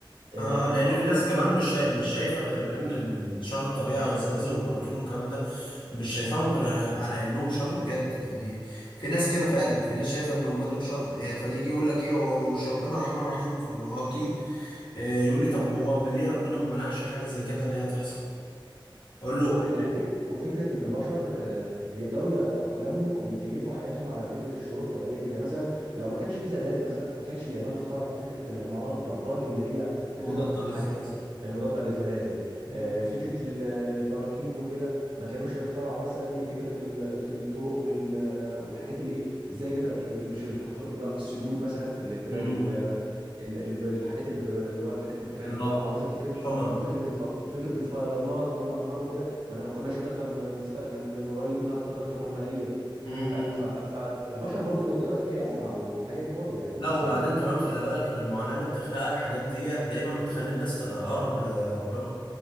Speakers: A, on the right; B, on the left.
A: آه،
B: آه لأن
A: برضو
B: في ناس كمان مش شايف مش شايفة غير إن شر الطبيعة والزلازل والبراكين والكلام ده مش شايفاهم غير على إنهم شر بجد يعني في ناس كده فعلا في ناس شايفة إن هم دول شر يعني فده يجي يقول لك إيه هو مش ربنا رحمن رحيم فأقول له آه أكيد آه يقول لي طب هو من ليه ربنا ما منعش حاجة زي كده إن هي تحصل أقول له
A: و- لو
B: إن
A: فكرة وفكرة إن البشر آه، بيقدروا يتأقلموا أو يكيفوا حياتهم على فكرة الشروط الطبيعية دي يعني مثلا لو ما كانش في زلازل مثلا ما كانتش اليابان اخترعت فكرة العمارات الأبراج اللي هي بتقدر
B: مضاد
A: تتحكم
B: للزلازل
A: المضادة للزلازل
B: مم.
A: آه، فكرة ال- البراكين وكده ما كانوش يخترعوا مثلا إيه فكرة ال- الطرق وال- آه، والحاجات اللي إيه إزاي نبعد مش الطرق اللي هو السدود مثلا اللي بتبعد
B: مم.
A: ال- ال- ال- الحاجات الب- اللي هو الحاجات البركانيه
B: اللافا
A: اللي بتطلع او مثلا فكره
B: الحمم
A: الف- وفكره الف... وفكره الفيضانات والانهار وكده ما ما كناش هنقدر ن- نست... ن- نولد منها الطاقه الكهرومائيه
B: مم.
A: ف... ف... ف... فالبشر برضو بيقدروا يتكيفوا مع الحاجات دي برضو يعني
B: لا
A: مش
B: وبعدين كمان خلي بالك ان المعاناة اللي بتخلقها الحاجات ديت دايما بتخلي الناس تقرب لربنا